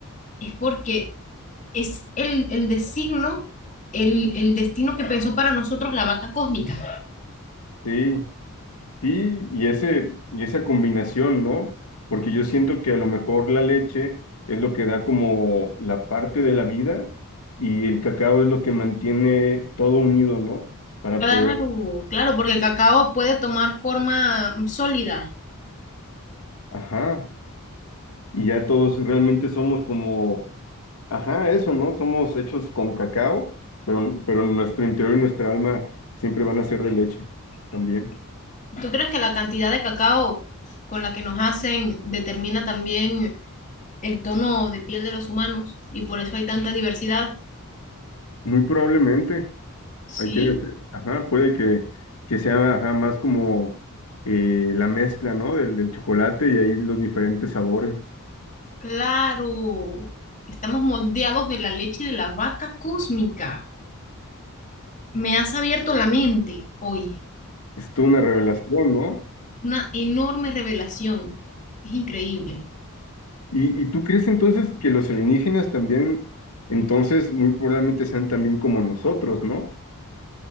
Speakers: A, on the left (about 35°); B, on the left (about 80°).
A: Es porque es el, el designo, el, el destino que pensó para nosotros la vaca cósmica.
B: Sí, Sí, y ese, y esa combinación, ¿no? Porque yo siento que a lo mejor la leche es lo que da como la parte de la vida y el cacao es lo que mantiene todo unido, ¿no? Para
A: Claro,
B: poder,
A: claro, porque el cacao puede tomar forma sólida.
B: ajá, y ya todos realmente somos como, ajá, eso, ¿no? Somos hechos con cacao, pero, pero nuestro interior y nuestra alma siempre van a ser de leche también,
A: ¿Tú crees que la cantidad de cacao con la que nos hacen determina también el tono de piel de los humanos y por eso hay tanta diversidad?
B: muy probablemente. Hay
A: Sí.
B: quienes, ajá, puede que, que sea ajá, más como eh, la mezcla, ¿no? Del, del chocolate y ahí los diferentes sabores.
A: Claro, estamos moldeados de la leche de la vaca cósmica. Me has abierto la mente hoy.
B: Es toda una revelación, ¿no?
A: Una enorme revelación. Es increíble.
B: ¿Y, y tú crees entonces que los alienígenas también, entonces, muy probablemente sean también como nosotros, ¿no?